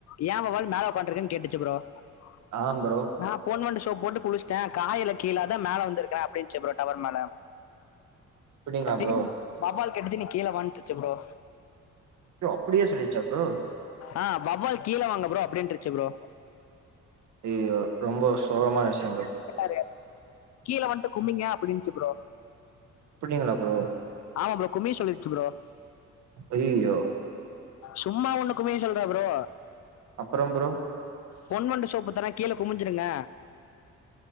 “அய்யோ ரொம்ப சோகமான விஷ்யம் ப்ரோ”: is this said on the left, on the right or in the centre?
Right